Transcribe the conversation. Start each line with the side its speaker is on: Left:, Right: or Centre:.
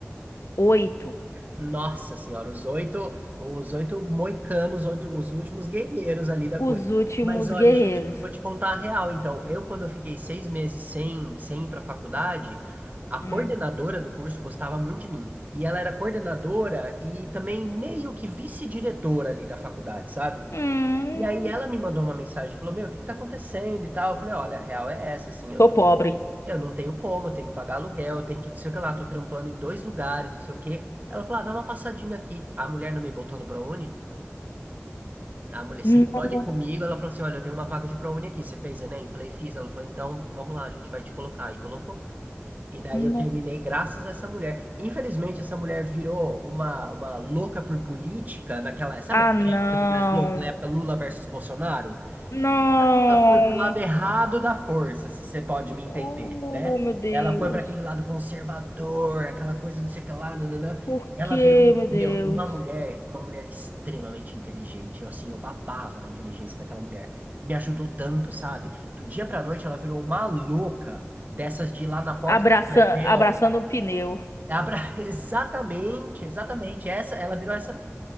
Left: oito
Right: Nossa senhora, os oito, os oito moicanos, os, oito- os últimos guerreiros ali da
Left: Os
Right: coisa.
Left: últimos
Right: Mas ó,
Left: guerreiros.
Right: deixa eu te, eu vou te contar a real. Então, eu quando eu fiquei seis meses sem, sem ir para a faculdade, a coordenadora
Left: Hum.
Right: do curso gostava muito de mim. E ela era coordenadora e também meio que vice-diretora ali da faculdade, sabe?
Left: Hum.
Right: E aí ela me mandou uma mensagem, falou, meu, o que que tá acontecendo e tal? Eu falei, olha, a real é essa, assim, eu
Left: Tô pobre.
Right: eu não tenho como, eu tenho que pagar aluguel, eu tenho que não sei o que lá, tô trampando em dois lugares, não sei o que. Ela falou, ah, dá uma passadinha aqui. A mulher não me botou no ProUni? A mulher sentou
Left: Não,
Right: ali comigo, ela falou assim, olha, eu tenho uma vaga de ProUni aqui, você fez Enem? Eu falei, fiz. Ela falou, então, vamos lá, a gente vai te colocar. E colocou, cara. E daí
Left: não.
Right: eu terminei graças a essa mulher. Infelizmente, essa mulher virou uma, uma louca por política naquela, sabe
Left: Ah,
Right: aquela
Left: não.
Right: época do Brasil, aquela época Lula versus Bolsonaro?
Left: Não.
Right: Ela foi para o lado errado da força, se você pode me entender,
Left: Oh,
Right: né?
Left: meu Deus.
Right: Ela foi para aquele lado conservador, aquela coisa não sei o que lá, nananã.
Left: Por
Right: Ela
Left: que,
Right: virou, um,
Left: meu Deus?
Right: meu, uma mulher, uma mulher extremamente inteligente. Eu, assim, eu babava na inteligência daquela mulher. Me ajudou tanto, sabe? Do dia pra noite, ela virou uma louca dessas de ir lá na porta
Left: Abraça...
Right: do quartel.
Left: Abraçando o pneu.
Right: Abra... <laughs> Exatamente, exatamente. Essa, ela virou essa.